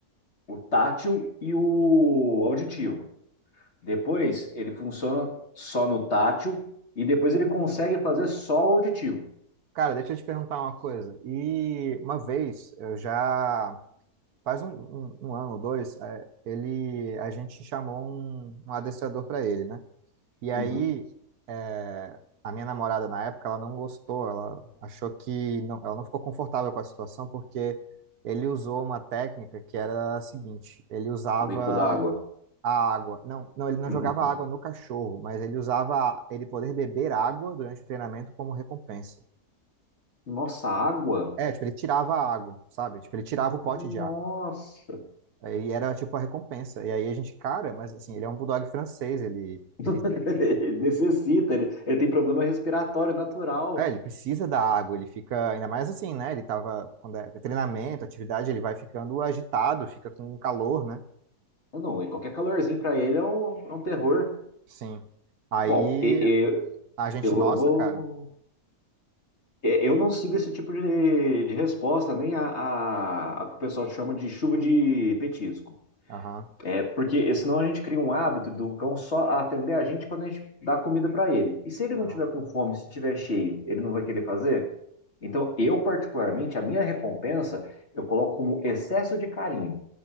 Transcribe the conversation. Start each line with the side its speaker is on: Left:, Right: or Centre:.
Left: o tátil e o auditivo. Depois, ele funciona só no tátil, e depois ele consegue fazer só o auditivo.
Right: Cara, deixa eu te perguntar uma coisa. E uma vez, eu já faz um, um, um ano ou dois, é, ele, a gente chamou um, um adestrador para ele, né? E aí,
Left: Uhum.
Right: é, a minha namorada na época, ela não gostou, ela achou que não, ela não ficou confortável com a situação porque ele usou uma técnica que era a seguinte: ele usava
Left: O rifle da água. <laughs>
Right: a água. Não, não, ele não
Left: Uhum.
Right: jogava água no cachorro, mas ele usava ele poder beber água durante o treinamento como recompensa.
Left: Nossa, água?
Right: É, tipo, ele tirava a água, sabe? Tipo, ele tirava o pote
Left: Nossa!
Right: de água. Aí era tipo a recompensa. E aí a gente, cara, mas assim, ele é um bulldog francês, ele ele
Left: <laughs>
Right: sente-
Left: Ele necessita, ele, ele tem problema respiratório natural.
Right: é, ele precisa da água, ele fica ainda mais assim, né? Ele tava quando é treinamento, atividade, ele vai ficando agitado, fica com calor, né?
Left: Não, e qualquer calorzinho pra ele é um, é um terror.
Right: Sim. Aí
Left: Bom, e- e-
Right: a gente,
Left: eu,
Right: nossa,
Left: eu vou.
Right: cara.
Left: e- Eu não sigo esse tipo de, de resposta, nem a, a, a que o pessoal chama de chuva de petisco.
Right: Aham.
Left: É porque senão a gente cria um hábito do cão só atender a gente quando a gente dá comida pra ele. E se ele
Right: Aham.
Left: não tiver com fome, se tiver cheio, ele não vai querer fazer? Então, eu, particularmente, a minha recompensa, eu coloco como excesso de carinho.